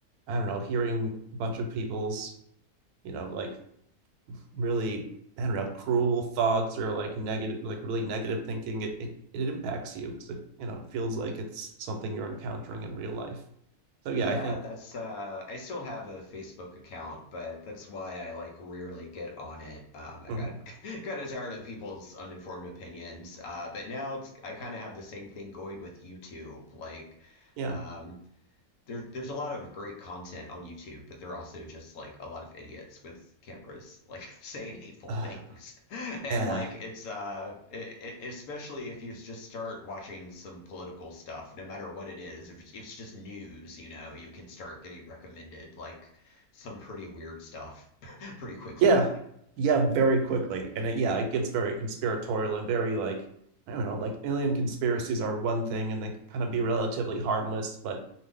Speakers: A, on the right (about 80°); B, on the left (about 75°).
A: I don't know. Hearing a bunch of people's, you know, like really, I don't know, cruel thoughts or like negative, like really negative thinking, it it, it impacts you because it you know it feels like it's something you're encountering in real life. So yeah,
B: Yeah,
A: I think
B: that's uh I still have a Facebook account, but that's why I like rarely get on it. Um I
A: Mhm.
B: got <laughs> kind of tired of people's uninformed opinions. Uh but now it's I kind of have the same thing going with YouTube. Like
A: Yeah.
B: um there, there's a lot of great content on YouTube, but there are also just like a lot of idiots with cameras, like <laughs> saying hateful
A: Ah,
B: things, <laughs> and
A: yeah.
B: like it's uh, it, it- especially if you just start watching some political stuff, no matter what it is, if it's, if it's just news, you know, you can start getting recommended like some pretty weird stuff <laughs> pretty quickly.
A: Yeah. Yeah. Very quickly. And it, yeah, it gets very conspiratorial and very like, I don't know, like alien conspiracies are one thing and they can kind of be relatively harmless, but